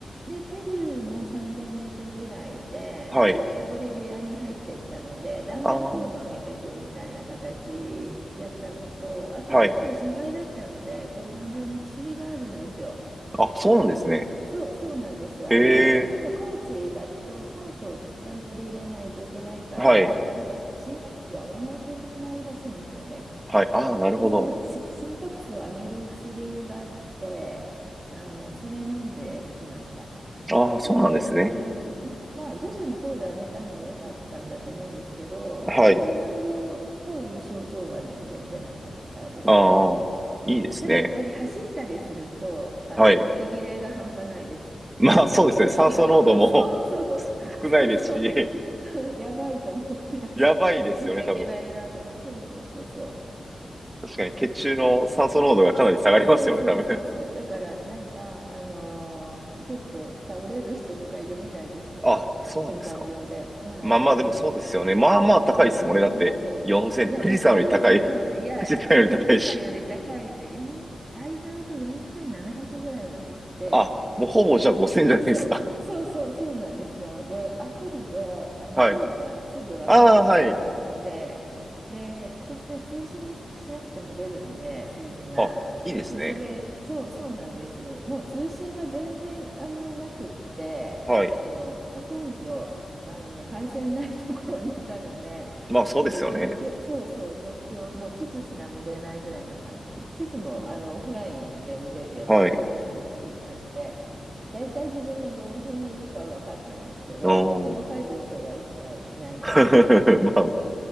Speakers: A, on the right (about 35°); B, on the right (about 20°).
A: で、ペルーも3000メートルぐらいで、
B: はい。
A: で、ボリビアに入っていったので、だんだん高度を上げていくみたいな形だったのと、
B: ああ、
A: あと、
B: はい。
A: やっぱり心配だったので、高山病の薬があるんですよ。
B: あ、そうなんですね。
A: そう、そうなんです。
B: へえ、
A: あの、やっぱ高地だと酸素をたくさん取り入れないといけないから、
B: はい、
A: なんかし心拍数を上げないといけないらしいんですよね。
B: はい。ああ、なるほど。
A: で、そのし心拍数を上げる薬があって、あの、それ飲んでいきました。
B: ああ、そうなんですね。
A: なんで、あの、うまあ、徐々に高度を上げたのも良かったんだと思うんですけど、
B: はい。
A: ちょっと高山病っぽい症状は全然出なかったですね。
B: ああ、いいですね。
A: ただやっぱり走ったりすると、あの、
B: はい。
A: 息切れが半端ないです。
B: <laughs> まあ、そうですね。
A: その、
B: 酸素濃度も
A: こう、<laughs> そうそう、
B: <laughs> 少ないですし、
A: そうそう、<laughs> やばいと思って走、
B: <laughs> やばいですよね、
A: 走っちゃいけないなと思って、
B: 多分。
A: そうそうそうそう。
B: 確かに血中の酸素濃度がかなり下がりますよね、
A: そうそうそうそう。
B: 多分。
A: だからなんか、あのー結構倒れる人とかいるみたいですよ。
B: <laughs> あ、そうなんですか。
A: 高山病で。はい、
B: まあまあ、
A: はい。
B: でもそうですよね。まあまあ高いですもんね。
A: そうそうそうそう。
B: だって、4000って、
A: いや、
B: 富士山より高い。
A: 高いですよ。
B: <laughs>
A: いや、
B: 富士山より高いし。
A: そう、富士山より高いんで、4、最大で4700ぐらいまで行って、
B: あ、もうほぼじゃあ5000じゃないですか。
A: そう、そうそうそうなんですよ。で、アプリであのコードがすぐ分かるアプリがあって、
B: <laughs> はい。ああ、はい。
A: で、それで通信しなくても出るんで、数字が。
B: あ、いいですね。
A: で、それ、そうそうなんですよ。もう通信は全然あのなくって、
B: はい。
A: あのほとんどあの回線ないところにいたので、
B: まあそうですよね。
A: ちょっと状況、そうそう、状況、もう地図すら見れないぐらいな感じ。地図もあのオフラインで見れるやつダウンロードしていったので。
B: はい。
A: 大体自分がどの辺にいるかは分かったんですけど、
B: おー。
A: もう細かい情報は一切ないんで、
B: <laughs> まあ、